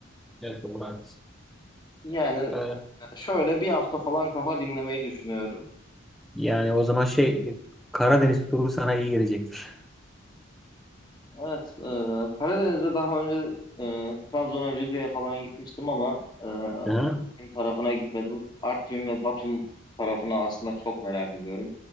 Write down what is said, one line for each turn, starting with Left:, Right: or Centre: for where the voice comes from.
Centre: evet, doğru haklısın.
Left: Yani e,
Centre: Ee,
Left: şöyle bir hafta falan kafa dinlemeyi düşünüyorum.
Centre: Yani o zaman şey Karadeniz turu sana iyi gelecektir.
Left: Evet, e, Karadeniz'de daha önce e, Trabzon'a, Rize'ye falan gitmiştim ama e, Artvin
Centre: Hı hı.
Left: tarafına gitmedim. Artvin ve Batum tarafını aslında çok merak ediyorum.